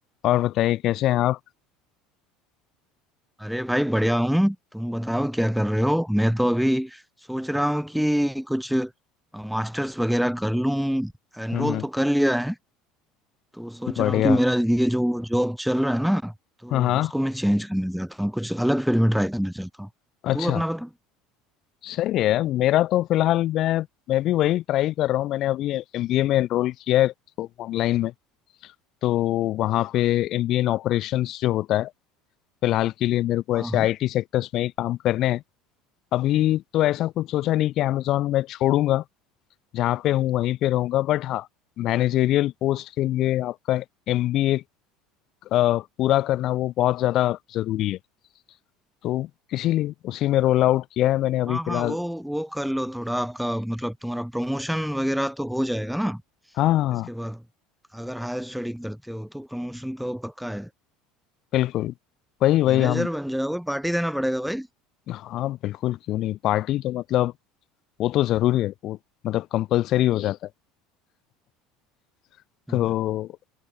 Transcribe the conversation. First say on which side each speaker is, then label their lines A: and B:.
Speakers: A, on the left; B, in the centre.
A: और बताइए कैसे हैं आप
B: अरे भाई बढ़िया हूँ तुम बताओ क्या कर रहे हो मैं तो अभी सोच रहा हूँ कि कुछ मास्टर्स वगैरह कर लूँ एनरोल
A: हम्म
B: तो कर लिया है तो सोच
A: बढ़िया
B: रहा हूँ कि मेरा ये जो जॉब चल रहा है ना तो
A: हाँ हाँ
B: उसको मैं चेंज करना चाहता हूँ कुछ अलग फील्ड में ट्राई करना चाहता हूँ
A: अच्छा
B: तू अपना बता
A: सही है मेरा तो फिलहाल मैं मैं भी वही ट्राई कर रहा हूँ मैंने अभी एमबीए में एनरोल किया है तो ऑनलाइन में तो वहाँ पे एमबीए इन ऑपरेशंस जो होता है फिलहाल के लिए मेरे को
B: हाँ
A: ऐसे आईटी
B: हाँ
A: सेक्टर्स में ही काम करने हैं अभी तो ऐसा कुछ सोचा नहीं कि अमेजोन मैं छोड़ूंगा जहाँ पे हूँ वहीं पे रहूंगा बट हाँ मैनेजेरियल पोस्ट के लिए आपका एमबीए पूरा करना वो बहुत ज़्यादा जरूरी है तो इसीलिए उसी में रोल आउट किया है मैंने अभी
B: हाँ
A: फिलहाल
B: हाँ वो वो कर लो थोड़ा आपका मतलब तुम्हारा प्रमोशन वगैरह तो हो जाएगा ना
A: हाँ
B: इसके बाद अगर हायर स्टडी करते हो तो प्रमोशन तो पक्का है
A: बिल्कुल वही वही
B: मैनेजर
A: हम
B: बन जाओगे पार्टी देना पड़ेगा भाई
A: हाँ बिल्कुल क्यों नहीं पार्टी तो मतलब वो तो जरूरी है वो मतलब कंपलसरी हो जाता है <laughs> तो
B: हम्म।